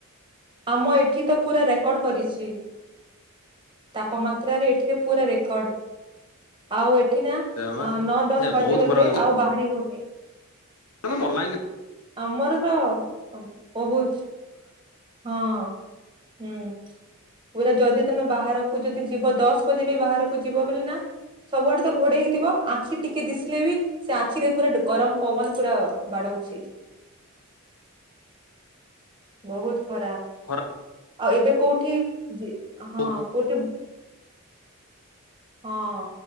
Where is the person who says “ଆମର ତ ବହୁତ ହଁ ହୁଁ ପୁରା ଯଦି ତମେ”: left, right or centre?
Right